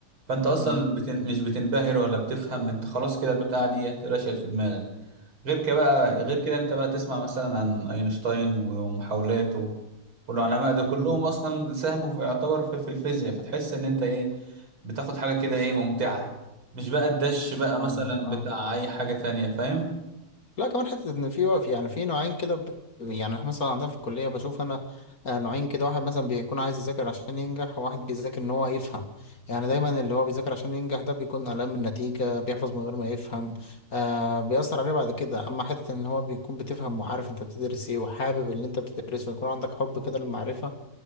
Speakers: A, on the right; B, on the left.
A: فانت
B: امم
A: اصلا
B: امم
A: بتن... مش بتنبهر ولا بتفهم انت خلاص كده البتاعه ديت رشقت في دماغك غير كده بقى
B: امم
A: غير كده انت بقى تسمع مثلا عن اينشتاين و- ومحاولاته والعلماء ده كلهم
B: إمم.
A: اصلا ساهموا في يعتبر في, في الفيزياء فتحس ان انت ايه بتاخد حاجه كده ايه ممتعه مش بقى الدش بقى
B: فاهمك
A: مثلا
B: اه
A: بتاع اي حاجه تانية فاهم
B: لا كمان حته ان في وقف يعني في نوعين كده ب... يعني احنا مثلا عندنا في الكليه بشوف انا آه، نوعين كده واحد مثلا بيكون عايز يذاكر عشان ينجح وواحد بيذاكر ان هو يفهم يعني دايما اللي هو بيذاكر عشان ينجح ده بيكون قلقان من النتيجه بيحفظ من غير ما يفهم آه بيأثر عليه بعد كده اما حته ان هو بيكون بتفهم وعارف انت بتدرس ايه وحابب اللي انت بتدرسه ويكون عندك حب كده للمعرفه